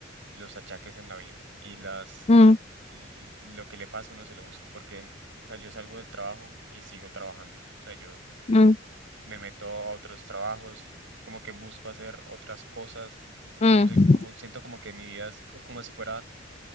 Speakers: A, on the right (about 70°); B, on the left (about 35°).
A: los achaques en la vida y las,
B: Mm,
A: l- lo que le pasa uno se lo busca. Porque, o sea, yo salgo del trabajo y sigo trabajando. O sea, yo
B: mm,
A: me meto a otros trabajos, como que busco hacer otras cosas.
B: mm.
A: Yo soy como, siento como que mi vida es co- como si fuera